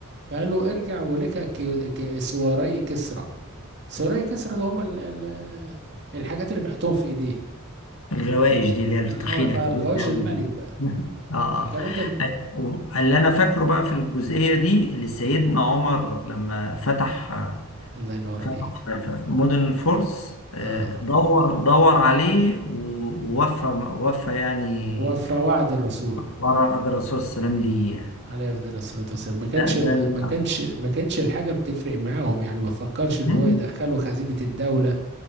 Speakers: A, on the right; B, on the left.
A: فقال له ارجع ولك كي- كي- سواري كسرى سواري كسرى اللي هم ال- ال- الحاجات اللي بيحطوهم في ايديه
B: الغوايش دي اللي هي التخينه
A: الغو- آه،
B: الكبيره
A: الغواش
B: قوي
A: الملك
B: دي
A: بقى
B: <laughs> اه اه
A: فالكلام ده ب...
B: أيوة. اللي انا فاكره بقى في الجزئيه دي اللي سيدنا عمر لما فتح
A: الله ينور
B: فتح
A: عليك
B: مدن الفرس آه،
A: اه
B: دور دور عليه و- ووفى وفى يعني
A: وفواعد الرسول
B: ورا قدر الرسول صلى الله عليه وسلم ليه يعني.
A: عليه افضل الصلاه والسلام ما كانش
B: ده
A: ما
B: ده اللي انا
A: كانش ما كانش الحاجه بتفرق معاهم يعني ما فكرش ان
B: مم.
A: هو يدخله خزينه الدوله